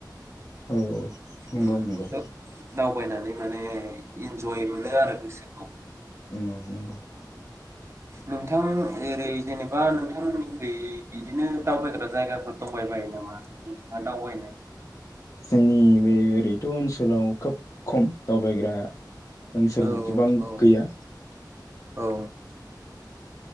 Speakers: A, on the left; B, on the right.
A: औ
B: उम
A: नंगौ नंगौ
B: थ' दावबायना बे माने इनजय मोनो आरो गोसो
A: औ नंगौ।
B: नोंथां ओरै जेनेबा नोंथांमोनिखै बिदिनो दावबायग्रा जायगाफोर दंबाय बायो नामा नोंथाङा दावबायनाय?
A: जोंनि बे ओरैथ' ओनसोलाव खोब खम दावबायग्रा ओनसोल
B: औ
A: गोबां
B: औ
A: गैया
B: औ